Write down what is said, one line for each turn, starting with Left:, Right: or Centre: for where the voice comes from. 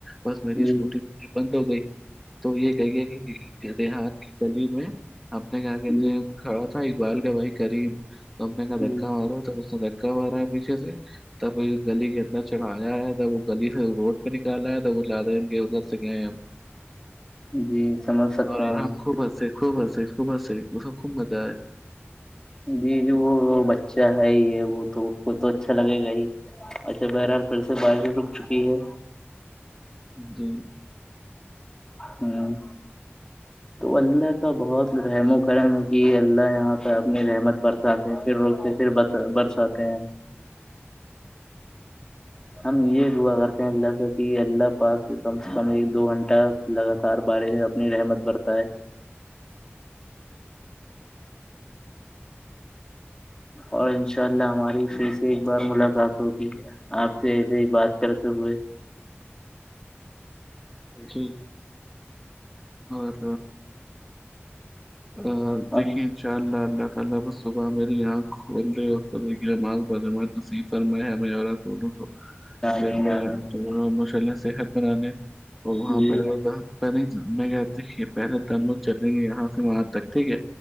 Centre: بس میری
Left: جی
Centre: اسکوٹی اس بند ہو گئی تو یہ کہیے کہ دیہات کلیم ہے ہم نے کیا کہتے
Left: جی
Centre: ہیں کھڑا تھا اقبال کا بھائی کریم ا کا
Left: جی
Centre: دھکا مارا ہ اس دکا مارا ہے پیچے سے تب گلی کے اندر چلا یا ہے وہ گلی سے روڈ پہ نکال رہا ہے تو وہ لاد ادھر سے گئے ہم
Left: جی سمجھ سکتے
Centre: اور
Left: ہیں
Centre: آر ہم خوب ہنس خوب ہنس خوب ہنس اس کو خوب مزہ آئے
Left: جی جی وہ وہ بچہ ہے ہی ہے وہ تو اس کو تو اچھا لگے گا ہی اچھا بہرحال پھر سے بارش رک چکی ہے
Centre: جی
Left: ہوں تو اللہ کا بہت رحم و کرم ہے کہ اللہ یہاں پہ اپنی رحمت برساتے پھر رکتے پھر برساتے ہیں ہم یہ دعا کرتے ہیں اللہ سے کہ اللہ پاک کم سے کم ایک دو گھنٹہ لگاتار بارش میں اپنی رحمت بڑھتا ہے اور انشاء اللہ ہماری پھر سے ایک بار ملاقات ہوگی آپ سے ایسے ہی بات کرتے ہوئے
Centre: جی اور ا دیکھیں
Left: اور
Centre: ان شاء اللہ اللہ تعالی صبح میرے یہاں کھول رہ بدم فرمائے ہم ع توون کو
Left: آمین
Centre: میں
Left: آمین
Centre: ماشاء اللہ صحت بنانے اور وہاں
Left: جی
Centre: پڑ رہ تھا پہلے میں کہ پہلے د ہم لوگ چلیں گے یہاں سے وہاں تک ٹھیک ہے